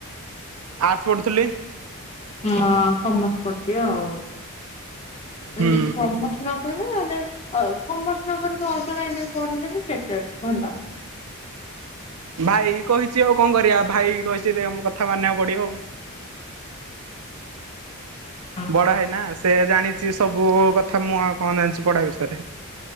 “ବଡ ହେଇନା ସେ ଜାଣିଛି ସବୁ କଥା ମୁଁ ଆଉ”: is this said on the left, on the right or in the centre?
Right